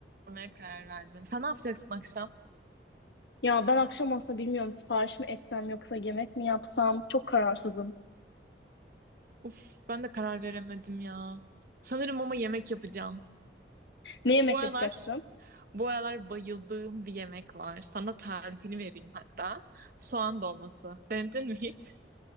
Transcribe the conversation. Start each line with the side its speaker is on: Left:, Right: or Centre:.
Right: almaya karar verdim. Sen ne yapacaksın akşam?
Left: Ya ben akşam aslında bilmiyorum sipariş mi etsem yoksa yemek mi yapsam çok kararsızım.
Right: Uf, ben de karar veremedim ya. Sanırım ama yemek yapacağım.
Left: Ne yemek
Right: Bu aralar,
Left: yapacaksın?
Right: bu aralar bayıldığım bir yemek var. Sana tarifini vereyim hatta. Soğan dolması. Denedin mi hiç?